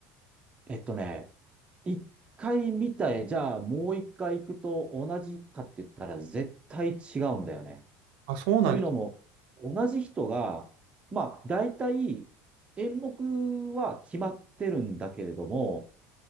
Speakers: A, on the right; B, on the right.
A: えっとね、一回見たい。じゃあ、もう一回行くと同じかって言ったら絶対違うんだよね。
B: あ、そうなんだ。
A: というのも、同じ人が、まあ、大体演目は決まってるんだけれども、